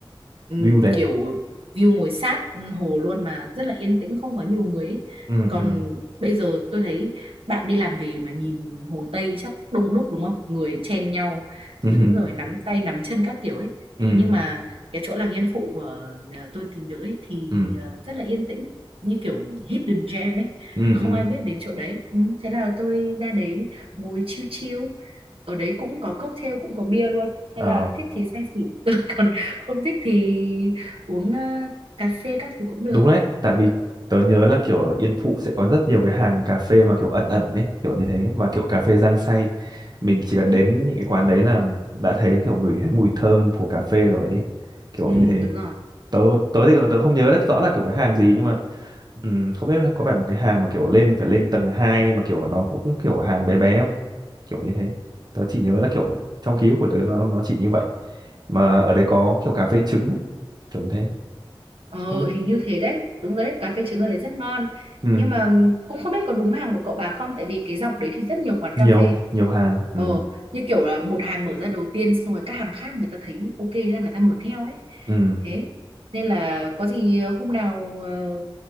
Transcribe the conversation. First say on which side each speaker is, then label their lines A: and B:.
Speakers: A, on the right (about 85°); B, on the right (about 45°).
A: Ừ,
B: view đẹp
A: kiểu view ngồi sát hồ luôn mà rất là yên tĩnh không có nhiều người ấy.
B: ừ
A: Còn
B: ừ
A: bây giờ tôi thấy bạn đi làm về mà nhìn Hồ Tây chắc đông đúc đúng không? Người chen nhau
B: <laughs> ừ
A: đứng rồi nắm tay nắm chân các kiểu ấy.
B: ừ
A: Thế nhưng mà cái chỗ làng Yên Phụ của ờ, tôi tìm được ấy thì
B: ừ
A: ờ, rất là yên tĩnh như kiểu hidden gem ấy.
B: ừ
A: Không
B: ừ.
A: ai biết đến chỗ đấy. Ừ, thế là tôi ra đấy ngồi chill chill. Ở đấy cũng có cocktail cũng có bia luôn.
B: Ờ
A: Nên là thích thì say xỉn. <laughs> Còn không thích thì uống ờ, cà phê các thứ cũng được
B: Đúng đấy, tại vì tớ nhớ là kiểu ở Yên Phụ sẽ có rất nhiều cái hàng cà phê mà kiểu ẩn ẩn đấy, kiểu như thế và kiểu cà phê rang xay. Mình chỉ cần đến những cái quán đấy là đã thấy kiểu ngửi thấy mùi thơm của cà phê rồi ấy. Kiểu
A: ừ
B: như thế.
A: Ừ. đúng rồi
B: Tớ tớ thì tớ không nhớ rất rõ là kiểu cái hàng gì nhưng mà ừm, không biết là có phải một cái hàng mà kiểu lên phải lên tầng 2 mà kiểu nó cũng kiểu hàng bé bé không? Kiểu như thế. Tớ chỉ nhớ là kiểu trong ký ức của tớ nó nó chỉ như vậy. Mà ở đấy có kiểu cà phê trứng ấy, kiểu như thế.
A: Ờ
B: Không biết.
A: hình như thế đấy Đúng đấy cà phê trứng ở đấy rất ngon
B: Ừm,
A: Nhưng mà ừm, cũng không biết có đúng hàng của cậu bà không Tại vì cái dọc đấy thì rất nhiều quán
B: nhiều
A: cà phê
B: nhiều hàng. Ừ.
A: Ờ như kiểu là một hàng mở ra đầu tiên Xong rồi các hàng khác người ta thấy ok là người ta mở theo ấy
B: ừ
A: Thế nên là có gì ờ, hôm nào ờ,